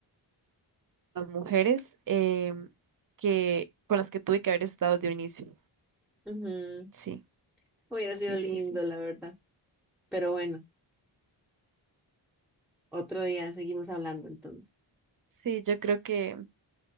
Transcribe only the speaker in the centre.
Ujú,
Hubiera
sido lindo,
la verdad. Pero bueno, otro día seguimos hablando entonces.